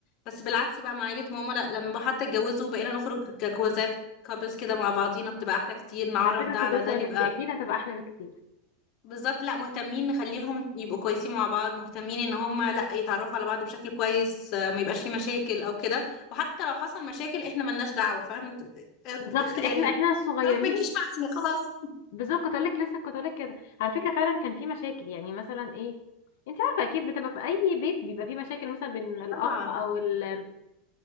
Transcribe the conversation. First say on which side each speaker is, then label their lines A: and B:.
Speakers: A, on the left; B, on the left.
A: بس بالعكس بقى مع عيلة ماما لا لما حتى اتجوزوا بقينا نخرج كجوازات كابلز كده مع بعضينا بتبقى أحلى كتير نعرف
B: على فكرة
A: ده
B: كنت
A: على
B: لسه
A: ده
B: اقول
A: نبقى
B: لك دي اكيد هتبقى احلى بكتير
A: بالظبط لا مهتمين نخليهم يبقوا كويسين مع بعض مهتمين ان هم لا يتعرفوا على بعض بشكل كويس آه، ما يبقاش في مشاكل او كده وحتى لو حصل مشاكل احنا ملناش دعوة فاهم انت ات-
B: بالظبط
A: اخلي
B: احنا
A: يعني
B: احنا الصغيرين
A: خلاص ما تجيش معانا خلاص
B: بالظبط كنت لك لسه كنت لك كده على فكره فعلا كان في مشاكل يعني مثلا ايه انت عارفه اكيد بتبقى في اي بيت بيبقى في مشاكل مثلا بين الاخ
A: طبعا
B: او ال ام-